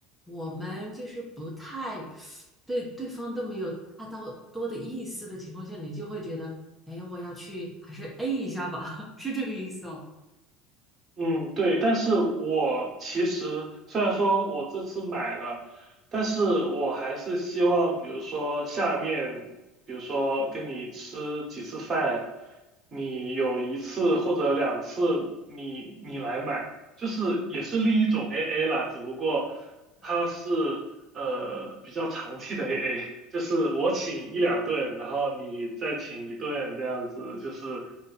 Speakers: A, in the centre; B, on the right (about 30°).
A: 我们就是不太对对方都没有大到多的意思的情况下，你就会觉得，哎，我要去还是 A 一下吧，<laughs> 是这个意思哦。
B: 嗯，对，但是我其实虽然说我这次买了，但是我还是希望，比如说下面，比如说跟你吃几次饭，你有一次或者两次你你来买，就是也是另一种 AA 啦，只不过它是呃比较长期的
A: 啊
B: AA，就是我请一两顿，然后你再请一顿这样子，就是